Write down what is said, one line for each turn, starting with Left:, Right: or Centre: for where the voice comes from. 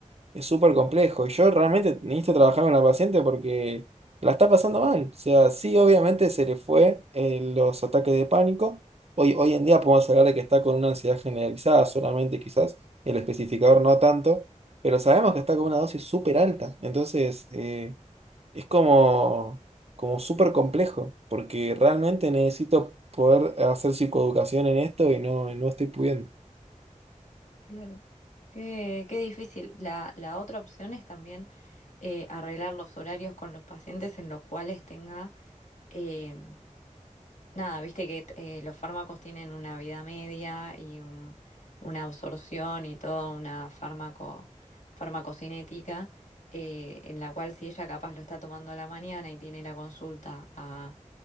Right: Es súper complejo. Y yo realmente necesito trabajar con la paciente porque la está pasando mal. O sea, sí, obviamente se le fue eh, los ataques de pánico. Hoy, hoy en día podemos hablar de que está con una ansiedad generalizada solamente, quizás el especificador no tanto, pero sabemos que está con una dosis súper alta. Entonces, eh, es como, como súper complejo porque realmente necesito poder hacer psicoeducación en esto y no, y no estoy pudiendo.
Left: Claro. Qué, qué difícil. La, la otra opción es también eh, arreglar los horarios con los pacientes en los cuales tenga, eh, nada, viste que eh, los fármacos tienen una vida media y un- una absorción y toda una fármaco, farmacocinética, eh, en la cual si ella capaz lo está tomando a la mañana y tiene la consulta a-